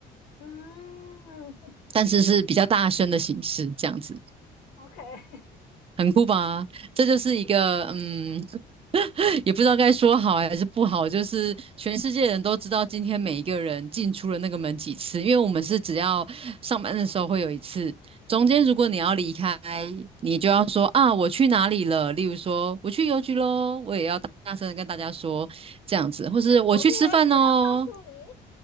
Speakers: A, on the left (about 80°); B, on the right (about 35°).
A: 嗯
B: 但是是比较大声的形式这样子。
A: ，OK，<laughs>
B: 很酷吧？这就是一个嗯，<laughs> 也不知道该说好还是不好，就是全世界人都知道今天每一个人进出了那个门几次，因为我们是只要上班的时候会有一次，
A: 嗯，
B: 中间如果你要离开，你就要说啊我去哪里了，例如说我去邮局喽，我也要大大声的跟大家说这样子，或是我去吃饭哦，
A: 我去邮局要告诉你